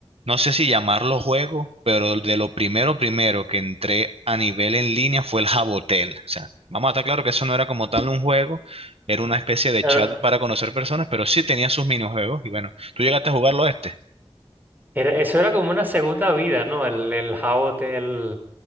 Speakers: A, on the right; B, on the right.
A: no sé si llamarlo juego, pero de lo primero, primero que entré a nivel en línea fue el Jabotel. O sea, vamos a estar claro que eso no era como tal un juego, era una especie de
B: Era-
A: chat para conocer personas, pero sí tenía sus minijuegos. Y bueno, ¿tú llegaste a jugarlo este?
B: era- eso era como una segunda vida, ¿no? El, el jabote, el